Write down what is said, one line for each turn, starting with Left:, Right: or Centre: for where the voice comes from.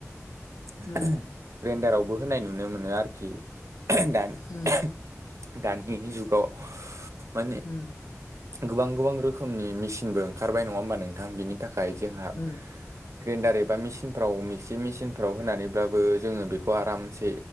Right: <inaudible>
Left: उम
Right: ग्रेन्डारावबो होनाय नुनो मोनो आरोखि दानि
Left: उम
Right: <inaudible> दानि जुगाव मानि
Left: होम
Right: गोबां गोबां रोखोमनि मेसिनबो ओंखारबाय नङा होमबा नोंथां बिनि थाखाय जोंहा
Left: उम
Right: ग्रेन्डार एबा मेचिनफ्राव मिक्सि मेसिनफ्राव होनानैब्लाबो जोङो बेखौ आरामसे